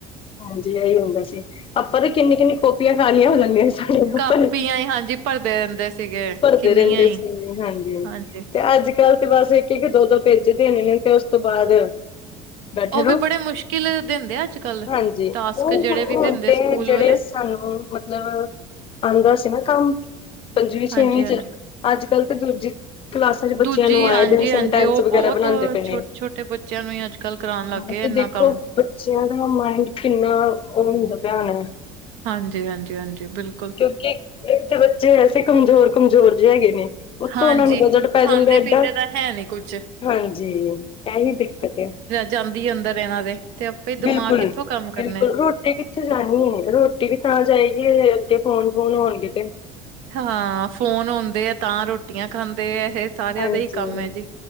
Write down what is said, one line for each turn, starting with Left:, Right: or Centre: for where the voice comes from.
Left: ਹਾਂਜੀ ਇਹੀ ਹੁੰਦਾ ਸੀ। ਆਪਾਂ ਤਾਂ ਕਿੰਨੀ ਕਿੰਨੀ ਕੋੋਪੀਆਂ ਖਾਣੀਆਂ ਹੋ ਜਾਂਦੀਆਂ ਸੀ। ਭ
Right: ਕਾਪੀਆਂ ਹੀ ਹਾਂਜੀ ਭਰਦੇ ਰਹਿੰਦੇ ਸੀਗੇ
Left: ਭਰਦੇ
Right: ਕਿੰਨੀਆਂ
Left: ਰਹਿੰਦੇ
Right: ਹੀ
Left: ਸੀ। ਹਾਂ ਜੀ
Right: ਹਾਂਜੀ
Left: ਤੇ ਅੱਜ। ਗੱਲ ਤੇ ਬਸ ਇੱਕ ਇੱਕ ਇੱਕ ਦੋ ਦੋ ਭੇਜ ਦੇਣੇ ਨੇ ਤੇ ਉਸ ਤੋਂ ਬਾਅਦ ਬੈਠੇ
Right: ਉਹ
Left: ਰਹੋ।
Right: ਵੀ ਬੜੇ ਮੁਸ਼ਕਿਲ ਦਿੰਦੇ ਆ ਅੱਜ-ਕੱਲ
Left: ਹਾਂ ਜੀ
Right: ਟਾਸਕ
Left: ਉਹ
Right: ਜਿਹੜੇ ਵੀ
Left: ਹੁਣ
Right: ਦਿੰਦੇ
Left: ਤੇ
Right: ਸਕੂਲ
Left: ਜਿਹੜੇ।
Right: ਵਾਲੇ
Left: ਸਾਨੂੰ ਮਤਲਬ ਆਉਂਦਾ ਸੀ ਨਾ ਕੰਮ। ਪੰਜਵੀਂ ਛੇਵੀਂ
Right: ਹਾਂਜੀ-ਹਾਂਜੀ
Left: 'ਚ। ਅੱਜ ਕੱਲ ਤੇ ਦੂਜੀ। ਕਲਾਸਾਂ ਬੱਚਿਆਂ
Right: ਦੂਜੀ
Left: ਨੂੰ ਆਏ
Right: ਹਾਂਜੀ-ਹਾਂਜੀ
Left: ਦਿਨ ਸਟੈਂਸ
Right: ਉਹ
Left: ਵਗੈਰਾ
Right: ਬਹੁਤ
Left: ਬਣਾਉਂਦੇ ਪਏ
Right: ਛੋਟੇ-ਛੋਟੇ
Left: ਨੇ
Right: ਬੱਚਿਆਂ ਨੂੰ ਹੀ ਅੱਜ-ਕੱਲ ਕਰਾਉਣ ਲੱਗ
Left: ਹਾਂ
Right: ਗਏ
Left: ਤੇ
Right: ਇੰਨਾ
Left: ਦੇਖੋ।
Right: ਕੰਮ
Left: ਬੱਚਿਆਂ ਦਾ ਮਾਇੰਡ ਕਿੰਨਾ ਉਹ ਹੁੰਦਾ ਪਿਆ ਹੋਣਾ।
Right: ਹਾਂਜੀ ਹਾਂਜੀ ਹਾਂਜੀ ਬਿਲਕੁਲ।
Left: ਕਿਉਂਕਿ ਇੱਕ ਤੇ ਬੱਚੇ ਐਸੇ ਕਮਜ਼ੋਰ ਕਮਜ਼ੋਰ ਜਿਹੇ ਹੈਗੇ ਨੇ। ਉੱਤੋਂ
Right: ਹਾਂ
Left: ਉਹਨਾਂ ਨੂੰ
Right: ਜੀ
Left: ਬਜਟ ਪੈ
Right: ਖਾਂਦੇ
Left: ਜਾਂਦਾ ਏਦਾਂ
Right: ਪੀਂਦੇ ਤਾਂ ਹੈ ਨੀ ਕੁਝ।
Left: ਹਾਂਜੀ ਇਹੀ ਦਿੱਕਤ ਹੈ।
Right: ਜਾਂਦੀ ਅੰਦਰ ਇਹਨਾਂ ਦੇ। ਤੇ ਆਪੇ ਦਿਮਾਗ
Left: ਬਿਲਕੁਲ
Right: ਕਿੱਥੋਂ ਕੰਮ ਕਰਨੇ
Left: ਬਿਲਕੁਲ ਰੋਟੀ ਕਿੱਥੇ। ਜਾਣੀ ਹੈ। ਰੋਟੀ ਵੀ ਤਾਂ ਜਾਏਗੀ ਜਏ ਅੱਗੇ ਫੋਨ ਫੋਨ ਹੋਣਗੇ ਤੇ।
Right: ਹਾਂ। ਫੋਨ ਆਉਂਦੇ ਆ ਤਾਂ ਰੋਟੀਆਂ ਖਾਂਦੇ ਆ ਇਹ। ਸਾਰਿਆਂ
Left: ਹਾਂਜੀ
Right: ਦਾ ਹੀ ਕੰਮ ਹੈ ਜੀ